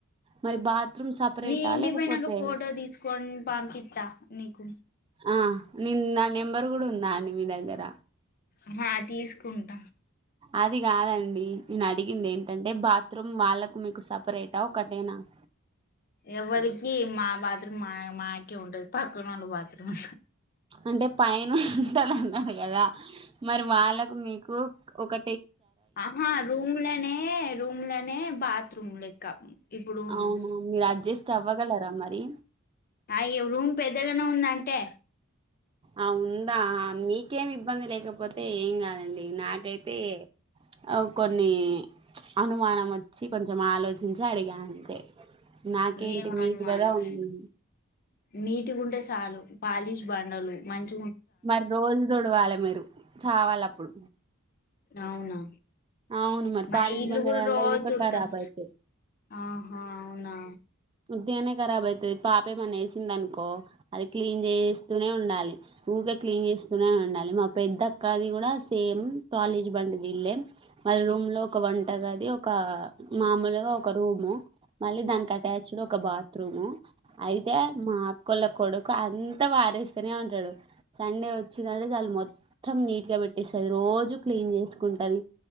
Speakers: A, on the right (about 25°); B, on the left (about 45°).
A: మరి బాత్రూమ్ సపరేటా
B: నీ ఇంటిక్
A: లేకపోతే
B: పోయినంక ఫోటో తీస్కోన్ పంపిత్త నీకు
A: ఆ నిన్ నా నెంబర్ గుడ ఉందా అండి మీ దగ్గర
B: అహ తీస్కుంట
A: అది గాదండి నేన్ అడిగింద్ ఏంటంటే బాత్రూమ్ వాళ్ళకు మీకు సపరేటా ఒకటేనా అ
B: ఎవల్కి మా బాత్రూమ్ మా మాకే ఉంటది పక్కనోళ్ళ బాత్రూమ్
A: అంటే పైనుంటర్ అన్నర్ కదా మరి వాళ్ళకు మీకు ఒక
B: అహ రూమ్లనే రూమ్లనే బాత్రూమ్ లెక్క ఇప్పుడూ మ్
A: అవునా మీరు అడ్జస్ట్ అవ్వగలరా మరి
B: అయి రూమ్ పెద్దగనే ఉందంటే
A: ఆ ఉందా మీకేం ఇబ్బంది లేకపోతే ఏం కాదం డి నాకైతే అవ్ కొన్నీ అనుమానం వచ్చి కొంచం ఆలోచించి అడిగా అంతే నాకేంటి
B: ఏం
A: మీరు
B: అనుమానమే
A: కదా ఉండేది
B: నీటిగుంటే సాలు పాలిష్ బండలు మంచి.
A: మరి రోజు తుడువాలే మీరు చవాలే అప్పుడు.
B: అవును వును.
A: అవును
B: మరి
A: పాలిష్
B: ఇల్లు
A: బంగారాల
B: కూడా రోజు
A: ఊక
B: తుడుతాడు
A: ఖరాబ్ అయితాయి
B: ఆహా అవునా.
A: ఉత్తిగానే కరాబ్ అయితది పాపేమన్నచేసింది అనుకో అది క్లీన్ చేస్తూనే ఉండాలి. ఊకే క్లీన్ చేస్తూనే ఉండాలి మా పెద్ద అక్కది కూడా సేమ్ కాలేజీ బంటు వీళ్ళేం. మళ్ళా రూమ్ లో ఒక వంటగాది అది ఒక మామూలుగా ఒక రూము మళ్ళీ దానికి అటాచ్. ఒక బాత్రూము అయితే మా అక్కళోకు. కోడుకు అంత వారేస్తేనే ఉంటాడు సండే వచ్చిందంటే చాలు మొత్తం నీట్ గా పెట్టేస్తాడు. రోజు క్లీన్ చేసుకుంటది.